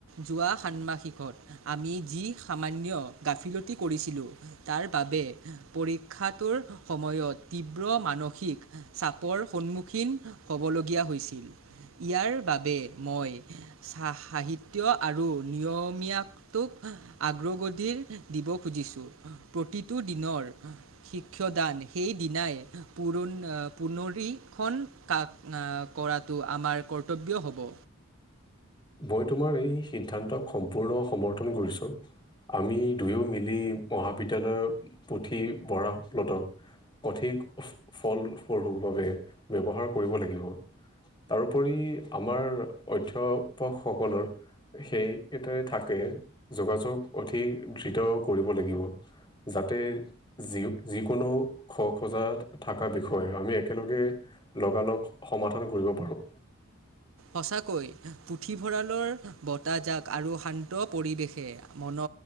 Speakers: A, on the right (about 75°); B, on the left (about 25°).
A: যোৱা সান্মাসিকত আমি যি সামান্য গা ফিলতি কৰিছিলো তাৰ বাবে পৰীক্ষাটোৰ সময়ত তীব্ৰ মানসিক চাপৰ সন্মুখীন হ'বলগীয়া হৈছিল ইয়াৰ বাবে মই সাহিত্য আৰু নিয়মীয়াটোক আগ্ৰগতিৰ দিব খুজিছো প্ৰতিটো দিনৰ শিক্ষদান সেই দিনাই প পুনৰীক্ষণ কা কৰাটো আমাৰ কৰ্তব্য হ'ব
B: মই তোমাৰ এই সিদ্ধান্তক সম্পূৰ্ণ সমৰ্থন কৰিছোঁ। আমি দুয়ো মিলি মহাবিদ্যালয়ৰ পুথি, বৰাম লত অধিক ফল পাব বাবে ব্যৱহাৰ কৰিব লাগিব। তাৰোপৰি আমাৰ অধ্যাপকসকলৰ সেইকেটাই থাকে যোগাযোগ অধিক ধৃত কৰিব লাগিব। যাতে যি যিকোনো খ, খোজা থকা বিষয়ে আমি একেলগে লগালগ সমাধান কৰিব পাৰোঁ।
A: উ সঁচাকৈ পুথিভঁৰালৰ বতাহজাক, আৰু শান্ত পৰিৱেশে মন